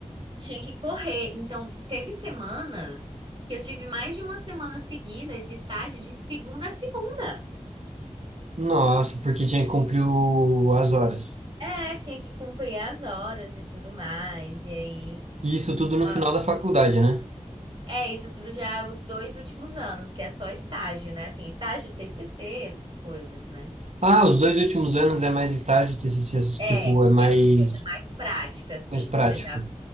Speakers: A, on the right; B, on the right.
A: tinha que correr. Então, teve semana que eu tive mais de uma semana seguida de estágio de segunda a segunda.
B: Nossa, porque tinha que cumprir o- as horas.
A: É, tinha que cumprir as horas e tudo mais. E aí.
B: E isso tudo no
A: Nossa.
B: final da faculdade, né?
A: É, isso tudo já é os dois últimos anos, que é só estágio, né? Assim, estágio, TCC, essas coisas, né?
B: Ah, os dois últimos anos é mais estágio, TCC,
A: É,
B: tipo, é mais,
A: é uma coisa mais prática, assim.
B: mais prático.
A: Você já...